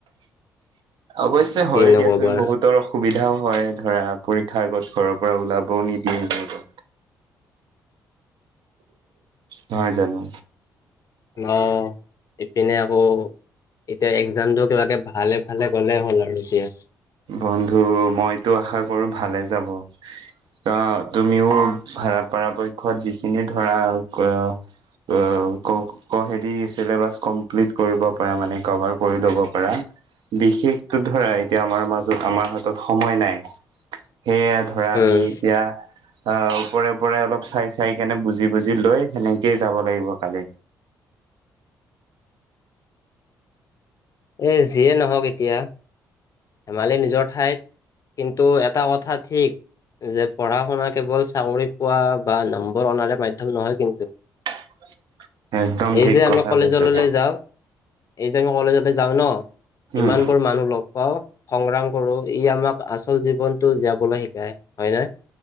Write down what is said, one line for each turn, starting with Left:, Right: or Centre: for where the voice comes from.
Right: অৱশ্যে হয়ও
Left: কিনো
Right: দিয়াচোন
Left: ক'বা
Right: বহুতৰ অসুবিধাও হয়, ধৰা পৰীক্ষাৰ আগত ঘৰৰ পৰা ওলাবও নিদিয়ে সেনেকে। নহয় জানো?
Left: অ', ইপিনে আকৌ এতিয়া এক্জামটো কিবাকে ভালে ভালে গ'লেই হ'ল আৰু দিয়া।
Right: বন্ধু মইতো আশা কৰো ভালে যাব। আহ তুমিও পৰাপক্ষত যিখিনি ধৰা অ', ক কহেদি চিলেবাছ কমপ্লিট কৰিব পাৰা, মানে কভাৰ কৰি ল'ব পাৰা। বিশেষতো ধৰা এতিয়া আমাৰ মাজত আমাৰ হাতত সময় নাই, সেয়ে ধৰা আমি
Left: উম
Right: এতিয়া অ', ওপৰে ওপৰে অলপ চাই চাই কেনে বুজি বুজি লৈ সেনেকেই যাব লাগিব কালি।
Left: এ যিয়ে নহওক এতিয়া, ধেমালি নিজৰ ঠাইত কিন্তু এটা কথা ঠিক। যে পঢ়া শুনা কেৱল চাকৰি পোৱা বা নম্বৰ অনাৰে মাধ্য়ম নহয় কিন্তু।
Right: <inaudible> একদম
Left: এই
Right: ঠিক
Left: যে আমি
Right: কথা
Left: কলেজ
Right: কৈছা
Left: ল'লে যাওঁ। এই যে আমি কলেজতে যাওঁ ন'
Right: উম,
Left: ইমান বোৰ মানুহ লগ পাও সংগ্ৰাম কৰোঁ, ই আমাক আচল জীৱনতটো জীয়াবলৈ শিকায় হয় নে?